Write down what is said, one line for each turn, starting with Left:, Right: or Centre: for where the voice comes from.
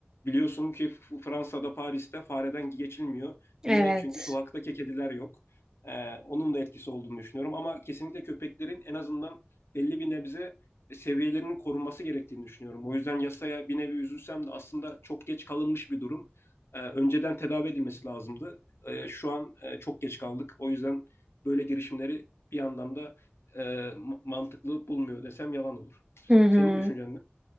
Left: Biliyorsun ki Fransa'da, Paris'te fareden geçilmiyor.
Right: Evet.
Left: Niye? Çünkü sokaktaki kediler yok. E, onun da etkisi olduğunu düşünüyorum. Ama kesinlikle köpeklerin en azından belli bir nebze e, seviyelerinin korunması gerektiğini düşünüyorum. O yüzden yasaya bir nevi üzülsem de aslında çok geç kalınmış bir durum. Ee, önceden tedavi edilmesi lazımdı. Ee, şu an e, çok geç kaldık. O yüzden böyle girişimleri bir yandan da e, mantıklı bulmuyor desem yalan olur.
Right: Hı hı.
Left: Senin düşüncen ne?